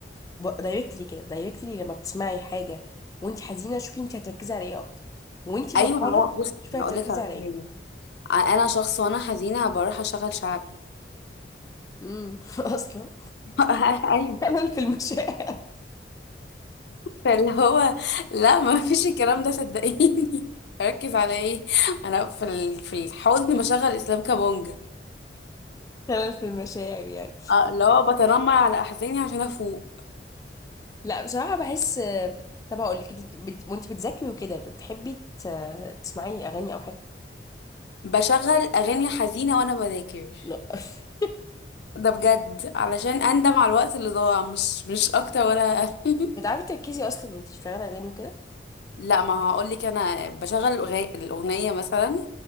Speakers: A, on the left; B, on the left.
A: دايركتلي كده دايركتلي لما بتسمعي حاجة وانت حزينة شوفي انت هتركزي على ايه اكتر وانت فرحانة
B: ايوه ما هو بصي
A: شوفي هتركزي
B: هقول لك على
A: على
B: حاجه
A: ايه
B: انا شخص وانا حزينه بروح اشغل شعبي
A: امم <laughs> اصلا
B: <laughs> ايوه
A: خلل في المشاعر
B: فاللي هو لا ما فيش الكلام ده صدقيني <laughs> اركز على ايه انا في ال- في الحزن بشغل اسلام كابونجا
A: خلل في المشاعر يعني
B: اه لا بتنمر على احزاني عشان افوق
A: لا بصراحة بحس طب هقول لك انت بت... وانت بتذاكري وكده بتحبي ت... تسمعي اغاني او حاجة
B: بشغل اغاني حزينه وانا بذاكر
A: لا <laughs>
B: ده بجد علشان اندم على الوقت اللي ضاع مش مش اكتر ولا أقل. <laughs>
A: بتعرفي تركزي اصلا وانت بتشغلي اغاني وكده
B: لا ما هقول لك انا بشغل الأغ- الاغنيه مثلا